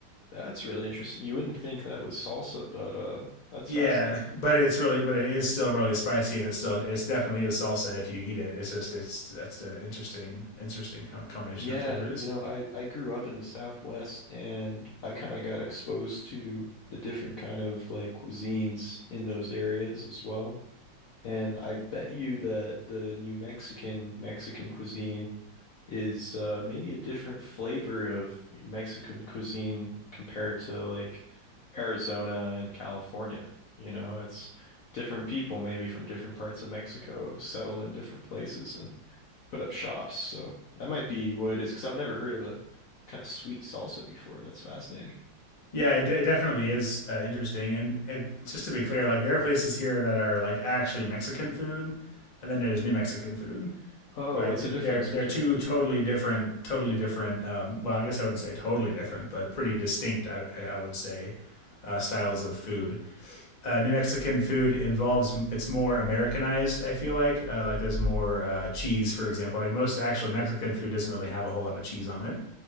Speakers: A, on the left (about 65°); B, on the left (about 35°).
A: That's really interesting. You wouldn't think that was salsa, but uh that's
B: yeah
A: fascinating.
B: but it's really but it is still really spicy and it's still it's definitely is salsa if you eat it it's just it's that's an interesting interesting combination
A: Yeah,
B: of flavors
A: you know, I I grew up in the Southwest and I kind of got exposed to the different kind of like cuisines in those areas as well. And I bet you that the New Mexican Mexican cuisine is uh, maybe a different flavor of Mexican cuisine compared to like Arizona and California. You know, it's different people maybe from different parts of Mexico settle in different places and put up shops. So that might be what it is, because I've never heard of a kind of sweet salsa before. That's fascinating.
B: Yeah, it, it definitely is uh, interesting. And it, just to be clear, like there are places here that are like actually Mexican food, and then there's New Mexican food,
A: Oh,
B: right?
A: what's
B: They're
A: the difference
B: they're
A: between
B: two
A: the?
B: totally different, totally different. Um, well, I guess I wouldn't say totally different, but pretty distinct. I, I would say uh, styles of food. Uh, New Mexican food involves it's more Americanized. I feel like uh, like there's more uh, cheese, for example. Like most actual Mexican food doesn't really have a whole lot of cheese on it